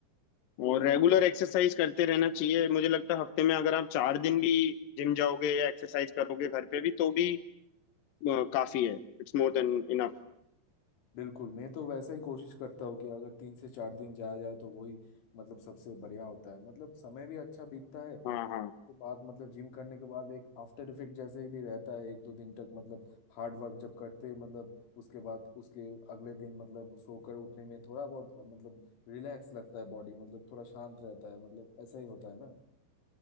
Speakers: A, on the left; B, on the left.
A: तो
B: और
A: मैंने
B: रेगुलर एक्सरसाइज करते रहना चाहिए मुझे लगता है हफ्ते में अगर आप चार दिन भी जिम जाओगे या एक्सरसाइज करोगे घर पे भी तो भी अ, काफी है It's more than enough
A: बिल्कुल मैं तो वैसा ही कोशिश करता हूँ कि अगर तीन से चार दिन जाया जाए तो वही मतलब सबसे बढ़िया होता है मतलब समय भी अच्छा बीतता है
B: हाँ हाँ
A: के बाद मतलब जिम करने के बाद एक आफ्टर इफेक्ट जैसे ही भी रहता है एक दो दिन तक मतलब हार्ड वर्क जब करते हैं, मतलब उसके बाद उसके अगले दिन मतलब सोकर उठने में थोड़ा बहुत मतलब रिलैक्स लगता है बॉडी मतलब थोड़ा शांत रहता है मतलब ऐसा ही होता है ना